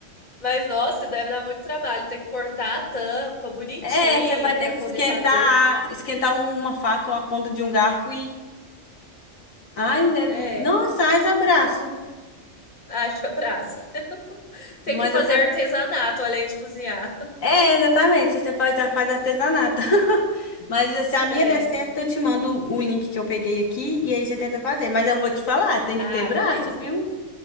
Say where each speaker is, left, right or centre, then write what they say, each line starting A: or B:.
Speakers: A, on the left (about 35°); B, on the left (about 85°).
A: Mas nossa, deve dar muito trabalho ter que cortar a tampa bonitinho
B: É, você vai
A: pra
B: ter que
A: poder
B: esquentar,
A: fazer.
B: esquentar uma faca ou a ponta de um garfo e. Ai, deve.
A: É,
B: Nossa, ai, abraço.
A: haja braço. Tem
B: Mas
A: que fazer
B: eu quero.
A: artesanato além de cozinhar.
B: É, exatamente. Você faz, faz artesanato. <laughs> Mas se a minha
A: É.
B: der certo, eu te mando o link que eu peguei aqui e aí você tenta fazer. Mas eu vou te falar, tem
A: Ah,
B: que ter braço,
A: beleza.
B: viu?